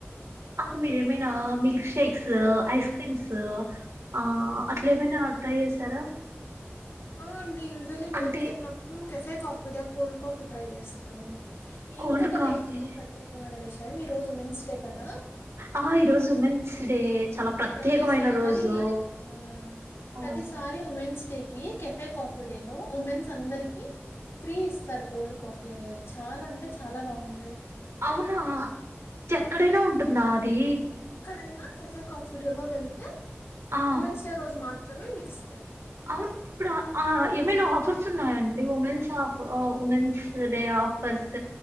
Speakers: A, on the right; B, on the left.
A: ఆ మీరెమైనా మిల్క్ షేక్స్ ఐస్ క్రీమ్స్ ఆ అట్లా ఏమైనా ట్రై చేసారా
B: ఆ అండి యూజువల్లీ బయటికెళ్ళినప్పుడు
A: అంటే
B: cafe coffee day cold coffee try చేస్తాను
A: కోల్డ్
B: ఇంకొకటి
A: కాఫీ
B: ఏమంటే ప్రత్యేకమైన విషయం యమ్ ఈ రోజు ఉమెన్స్ డే కదా
A: ఆ ఈరోజు ఉమెన్స్ డే చాలా ప్రత్యేకమైన
B: ప్రతిసారి
A: రోజు
B: ఆ
A: ఆ
B: ప్రతిసారి women's day cafe coffee day లో ఉమెన్స్ అందరికి ఫ్రీ ఇస్తారు కోల్డ్ కాఫీ అనేది చాలా అంటే చాలా బాగున్
A: అవునా ఎక్కడైనా ఉంటుందా అద్ దీ
B: ఎక్కడైనా కెఫే కాఫి డే లో వెళ్తే
A: ఆ
B: ఉమెన్స్ డే రోజు మాత్ త్రమే మికిస్
A: అవును ఇప్పుడు ఆ ఆ ఏమైనా ఆఫర్ ర్సున్నాయండి ఉమెన్స్ అఫ్ ఆ ఉమెన్స్ డే ఆఫర్స్